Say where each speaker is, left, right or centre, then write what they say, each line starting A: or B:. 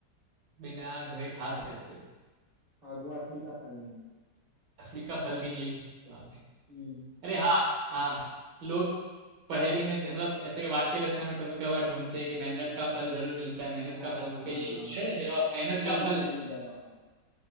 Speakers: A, on the right; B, on the right.
A: बिना धोए खा सकते
B: और वो असली का फल नहीं है
A: असली का फल भी नहीं है वाह भाई
B: हम्म
A: अरे हाँ हाँ लोग पहेली में मतलब ऐसे वाक्य रचना में कभी कभार ढूंढते हैं कि मेहनत का फल जरूर मिलता है मेहनत
B: हाँ
A: का फल जरूर क्या यही तो है जवाब
B: बिल्कुल
A: मेहनत का फल
B: सही जवाब